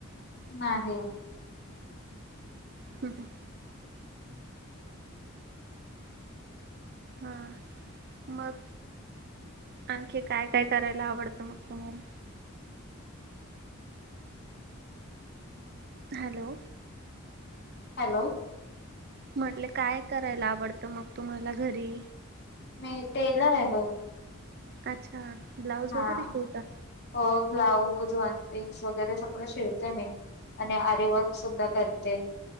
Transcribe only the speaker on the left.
नाही.
हॅलो..
मी टेलर आहे हो.
हा
ब्लाऊज, वनपीस वगैरे सगळं शिवते मी. आणि आरेवक सुद्धा करते.